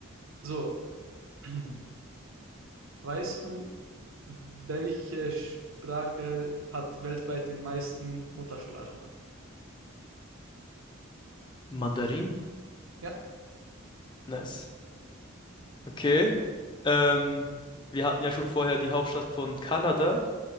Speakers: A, on the right; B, on the left.
A: so, <clears throat> weißt du, welche Sprache hat weltweit die meisten Muttersprachler?
B: Mandarin.
A: Ja.
B: Nice. Okay. Ähm, wir hatten ja schon vorher die Hauptstadt von Kanada